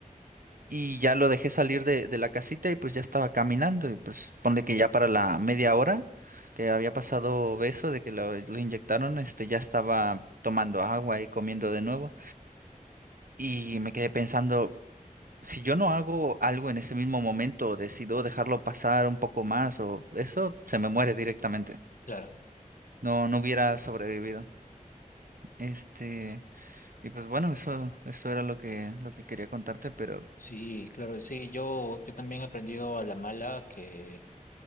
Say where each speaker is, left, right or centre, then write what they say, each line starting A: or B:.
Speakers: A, on the right; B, on the left.
A: y ya lo dejé salir de, de la casita y pues ya estaba caminando y pues ponle que ya para la media hora que había pasado eso de que lo, lo inyectaron, este, ya estaba tomando agua y comiendo de nuevo. Y me quedé pensando, si yo no hago algo en ese mismo momento, decido dejarlo pasar un poco más o eso se me muere directamente.
B: claro.
A: No, no hubiera sobrevivido. Este, y pues bueno, eso, eso era lo que, lo que quería contarte, pero
B: Sí, claro, sí, yo, yo también he aprendido a la mala que,